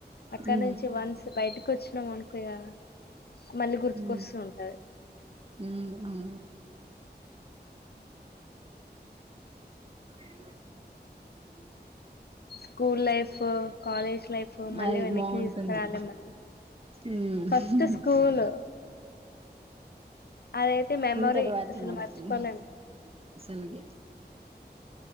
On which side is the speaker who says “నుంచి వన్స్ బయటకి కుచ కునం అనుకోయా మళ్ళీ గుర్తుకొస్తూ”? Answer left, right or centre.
Left